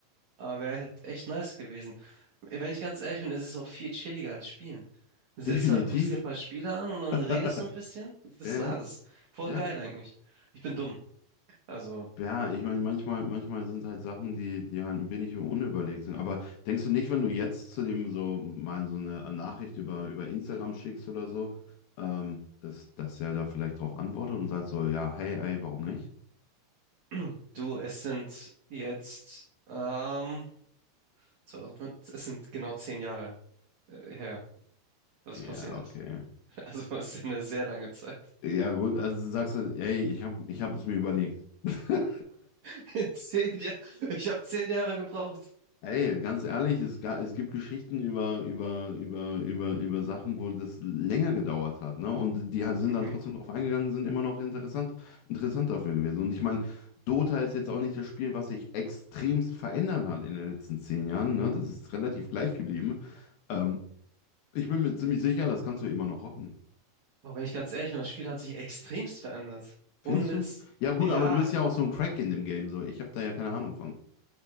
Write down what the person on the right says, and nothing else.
Aber wäre halt echt nice gewesen. Wenn ich ganz ehrlich bin, es ist auch viel chilliger als spielen. Sitzt
da, guckst dir ein paar Spiele an und dann
redest du ein bisschen. Das
war's.
Voll
geil eigentlich. Ich bin dumm. Also,
<clears throat> du, es sind jetzt, ähm, 2005 es sind genau zehn Jahre äh, her, dass
es passiert ist.
<laughs> Also, es ist eine sehr lange Zeit.
<laughs> Zehn Jahre. Ich habe zehn Jahre gebraucht.
Mhm.
Aber wenn ich ganz ehrlich bin, das Spiel hat sich extremst verändert. Ohne
Witz.
Ja,